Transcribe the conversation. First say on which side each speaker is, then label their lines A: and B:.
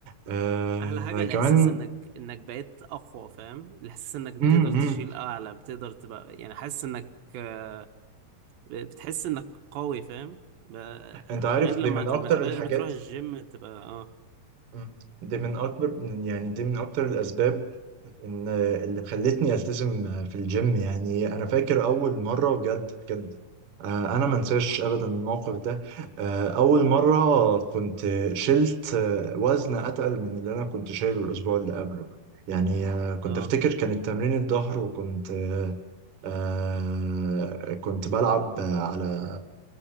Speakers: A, on the right; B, on the right.
A: آه
B: احلى حاجة الاحساس
A: كمان
B: انك انك بقيت اقوى فاهم الاحساس انك بتقدر
A: امم
B: تشيل اعلى بتقدر تبقى يعني حاسس انك آه، بتحس انك قوي فاهم ب-
A: انت عارف
B: غير لما
A: دي من
B: ت-
A: اكتر
B: ما تبقاش
A: الحاجات
B: بتروح الجيم تبقى اه
A: مم. دي من اكبر يعني دي من اكتر الاسباب ان اللي خلتني التزم في الجيم يعني انا فاكر اول مره بجد بجد آه انا ما انساش ابدا الموقف ده آه اول مره كنت شلت آه، وزن اتقل من اللي انا كنت شايله الاسبوع اللي قبله يعني آه كنت
B: اه
A: افتكر كانت تمرين الظهر وكنت آه آه، كنت بلعب على